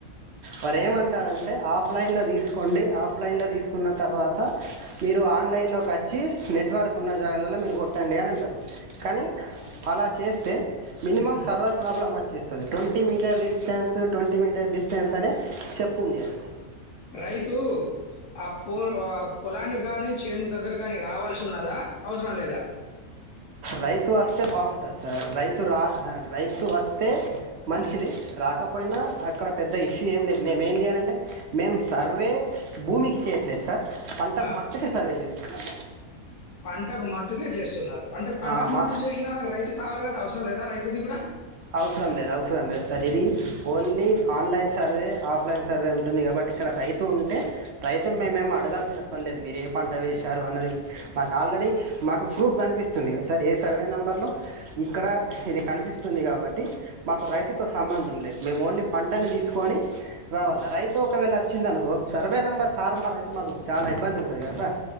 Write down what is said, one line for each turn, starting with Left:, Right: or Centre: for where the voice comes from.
Right: వారు ఏమంటారంటే, ఆఫ్ లైన్లో తీస్ కోండి ఆఫ్లైన్లో తీసుకున్న తర్వాత, మీరు ఆన్లైన్లోకి అచ్చి నెట్వర్క్ ఉన్న జాగలల్ల మీరు కొట్టండి అని అంటరు. కానీ
Left: ఆ!
Right: అలా చేస్తే మినిమమ్
Left: హ్మ్.
Right: సర్వర్ ప్రాబ్లమ్ అచ్ చ్చేస్తది twenty metre distance, twenty metre distance అనే చెప్తుంది అది.
Left: రైతు ఆ పొ ఆ పొలాన్ని గాని, చేను దగ్గర గాని రావాల్సి ఉన్నదా? అవసరం లేదా?
Right: రైతు అస్తే బాగుంటది సార్ రైతు రా రైతు వస్తే మంచిది
Left: హ్మ్.
Right: రాకప్ పోయినా అక్కడ పెద్ద ఇష్యూ ఏం లేదు మేమ్ ఏంది అనంటే మేము సర్వే భూమికి చేయట్లేదు సార్ పంటకు
Left: ఆ!
Right: మట్టికి సర్వే జేస్ <unintelligible>
Left: పంటకు మట్టుకే చేస్సున్నారు అంటే పంటకు
Right: ఆ, మా
Left: మట్టు చేశ్నా గని రైతు కావాలే గదా అవసరం లేదా రైతుది గుడా
Right: అవసరం లేదు అవసరం లేదు సార్ ఇది only online survey offline survey ఉంటుంది కాబట్టి ఇక్కడ రైతు ఉంటె రైతున్
Left: హ్మ్.
Right: మేమేం అడగాల్సిన పండే మీరే పంట వేశారు అన్నది మాకు ఆల్రెడీ మాకు ప్రూఫ్ కనిపిస్ ది కద్సార్ ఏ సర్వే నంబర్ లో ఇక్కడ
Left: హ్మ్.
Right: ఇది కనిపిస్ ది కాబట్ ట్టి మాకు
Left: హ్మ్.
Right: రైతుతో సంబంధం దు మేమ్ ఓన్లీ పంటని తీస్కొని రావాల
Left: హ్మ్.
Right: రైతు ఒక్కవేళ అచ్చింది అనుకో సర్వే నంబర్
Left: హ్మ్.
Right: తార్మారై తే మాకు చాలా ఇబ్బంది ఉంటది కదా సార్